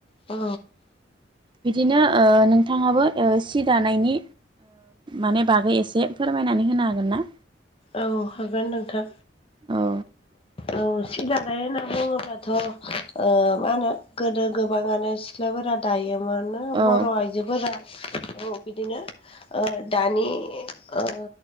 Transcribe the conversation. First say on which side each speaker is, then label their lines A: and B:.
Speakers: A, on the left; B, on the right.
A: अ
B: बिदिनो ओ नोंथाङाबो ओ सि दानायनि माने बागै एसे फोरमायनानै होनो हागोन ना
A: औ हागोन नोंथां
B: औ
A: औ सिदा <unintelligible> होनना बुङोब्लाथ' ओ मा होनो गोदो गोबाङानो सिख्लाफोरा दायोमोन
B: औ
A: बर' आइजोफोरा औ बिदिनो ओ दानि ओ